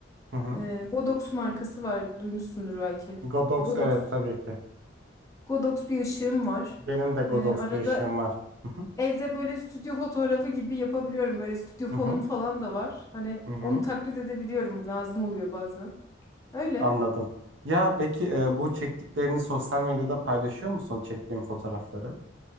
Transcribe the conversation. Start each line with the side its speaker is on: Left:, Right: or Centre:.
Right: hı hı.
Left: E, Godox markası var. Duymuşsundur belki.
Right: Godox
Left: Godox.
Right: evet tabii ki.
Left: Godox bir ışığım var.
Right: Benim de Godox
Left: E, arada
Right: bir işim var. Hı hı
Left: evde böyle stüdyo fotoğrafı gibi yapabiliyorum. Böyle stüdyo fonum
Right: hı hı.
Left: falan da var. Hani
Right: hı hı.
Left: onu taklit edebiliyorum. Lazım oluyor bazen. Öyle.
Right: Anladım. Ya peki e, bu çektiklerini sosyal medyada paylaşıyor musun çektiğin fotoğrafları?